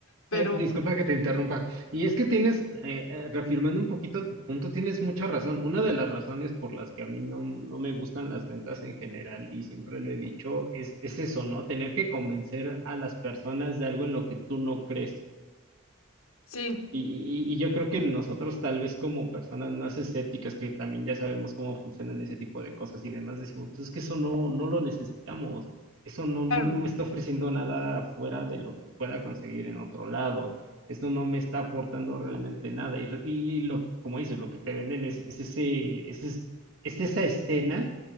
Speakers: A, on the left; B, on the right.
A: pero
B: Eh, disculpa que te interrumpa. Y es que tienes, eh, eh, reafirmando un poquito tu punto, tienes mucha razón. Una de las razones por las que a mí no, no me gustan las ventas en general, y siempre lo he dicho, es, es eso, ¿no? Tener que convencer a las personas de algo en lo que tú no crees.
A: sí,
B: Y, y- y yo creo que nosotros tal vez como personas más escépticas que también ya sabemos cómo funcionan ese tipo de cosas y demás, decimos, pues es que eso no, no lo necesitamos, eso no, no,
A: claro.
B: no me está ofreciendo nada fuera de lo que pueda conseguir en otro lado, esto no me está aportando realmente nada. Y, re- y lo que, como dices, lo que te venden es, es ese, es, es, es esa escena